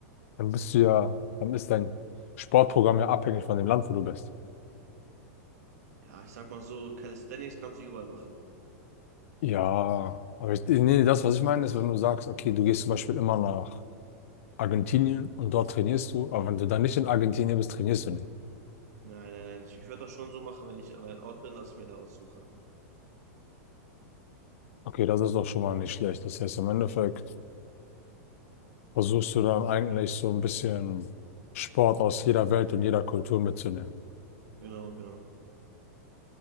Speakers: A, on the left; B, on the right.
A: Dann bist du ja, dann ist dein Sportprogramm ja abhängig von dem Land, wo du bist.
B: Ja, ich sag mal so, Calisthenics kannst du überall machen.
A: Ja, aber ich, nee, nee, das, was ich meine, ist, wenn du sagst, okay, du gehst zum Beispiel immer nach Argentinien und dort trainierst du, aber wenn du dann nicht in Argentinien bist, trainierst du nicht.
B: Nein, nein, nein. Ich würde das schon so machen, wenn ich an einem Ort bin, dass ich mir da was suche.
A: Okay, das ist doch schon mal nicht schlecht. Das heißt, im Endeffekt versuchst du dann eigentlich so ein bisschen Sport aus jeder Welt und jeder Kultur mitzunehmen.
B: Genau, genau.